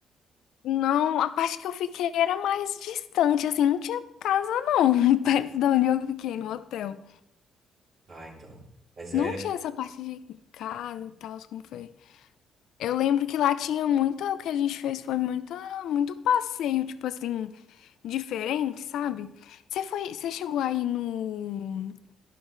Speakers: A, on the left; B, on the right.
A: Não, a parte que eu fiquei era mais distante, assim, não tinha casa não, <laughs> perto de onde eu fiquei, no hotel.
B: Ah, então. Mas
A: Não
B: é.
A: tinha essa parte de casa e tal, como foi. Eu lembro que lá tinha muito, o que a gente fez foi muita, muito passeio, tipo assim, diferente, sabe? Você foi, você chegou aí no,